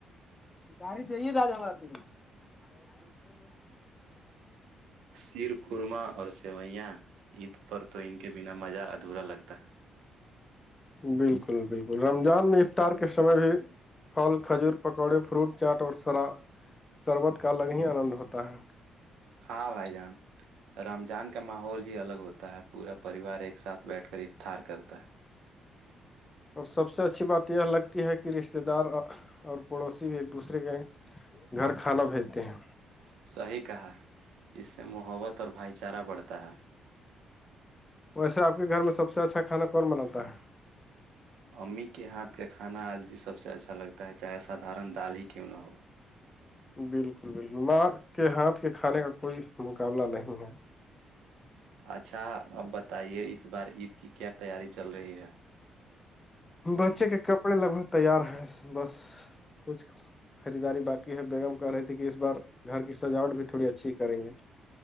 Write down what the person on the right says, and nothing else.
سیر خورمہ اور سوئیاں عید پر تو ان کے بنا مزہ ادھورا لگتا ہے
ہاں بھائی جان رمضان کا ماحول ہی الگ ہوتا ہے پورا پریوار ایک ساتھ بیٹھ کر افتار کرتا ہے
ہے صحیح کہا اس سے محبت اور بھائی چارہ بڑھتا ہے
امی کے ہاتھ کا کھانا آج بھی سب سے اچھا لگتا ہے چاہے سادھارن دال ہی کیوں نہ ہو
اچھا اب بتائیے اس بار عید کی کیا تیاری چل رہی ہے